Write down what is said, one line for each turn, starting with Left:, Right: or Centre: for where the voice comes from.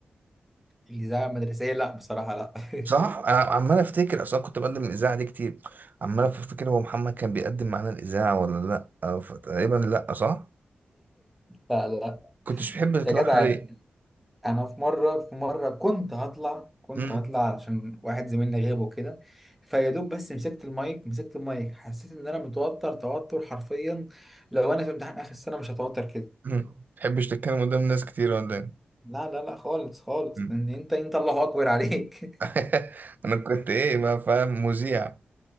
Centre: الاذاعه المدرسيه لا بصراحه لا <laughs>
Right: صح انا عمال افتكر اصلا كنت بقدم الاذاعه دي كتير عمال افتكر هو محمد كان بيقدم معانا الاذاعه ولا لا أو ف- تقريبا لا صح
Centre: لا لا
Right: كنتش بتحب
Centre: يا
Right: تطلع
Centre: جدع
Right: ليه
Centre: يعني انا في مره في مره كنت هطلع كنت
Right: امم
Centre: هطلع عشان واحد زميلنا غاب وكده فيا دوب بس مسكت المايك مسكت المايك حسيت ان انا متوتر توتر حرفيا لو انا في امتحان اخر السنه مش هتوتر كده
Right: أمم. تحبش تتكلم قدام ناس كتير ولا ايه
Centre: لا لا لا خالص خالص
Right: أمم.
Centre: ان انت انت الله اكبر عليك
Right: <laughs> انا كنت ايه بقى فاهم مذيع